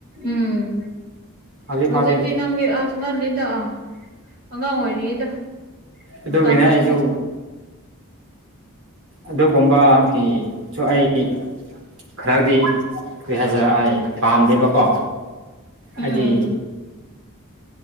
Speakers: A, on the right; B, on the right.
A: ꯎꯝ
B: ꯍꯧꯖꯤꯛ
A: ꯍꯧꯖꯤꯗꯤꯤ
B: ꯐꯥꯎꯗꯤ
A: ꯅꯪꯗꯤ ꯑꯁꯅ ꯂꯤ ꯗꯥ ꯑꯉꯥꯡ ꯑꯣꯏꯔꯤꯗ
B: ꯑꯗꯨꯒꯤꯅꯦ
A: ꯃꯇꯝ
B: ꯑꯩꯁꯨ
A: ꯂꯥꯛꯀꯅꯤ
B: ꯑꯗꯨꯒꯨꯝꯕꯒꯤ ꯁ ꯑꯩ ꯈꯔꯗꯤ ꯀꯔꯤ ꯍꯥꯏꯁꯤꯔ ꯑꯩ ꯄꯥꯝꯗꯦꯕꯀꯣ
A: ꯎꯝ
B: ꯑꯗꯨꯗꯤ